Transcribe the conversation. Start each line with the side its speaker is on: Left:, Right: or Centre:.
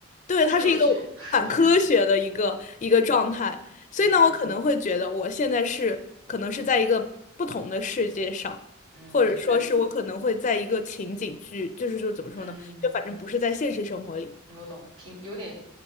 Left: 对，
Right: 不科学。
Left: 它是一个反科学的一个一个状态，
Right: <laughs>
Left: 所以呢，
Right: 嗯
Left: 我可能会觉得我现在是可能是在一个不同的世界上，
Right: 嗯，
Left: 或者说是我可能会在一个情景剧，
Right: 那
Left: 就是说怎么说呢，
Right: 嗯。
Left: 就反正不是在现实生活里。
Right: 我懂，平有点。